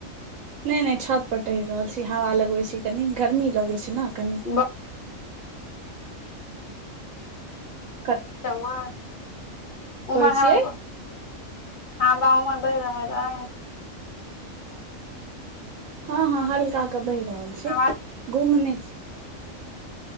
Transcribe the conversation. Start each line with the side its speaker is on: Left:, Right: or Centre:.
Right: नहि-नहि छत पर टहिर रहल छी हवा लगबैत छी कनी गर्मी लगैत छै ने कनि।
Left: बाह <unintelligible>
Right: कत
Left: रउआ उमा
Right: छियै
Left: हरा हँ बा उमर बहि रहल अइ?
Right: हँ-हँ हल्का के बहि रहल छै
Left: आवाज
Right: गुम ने छी।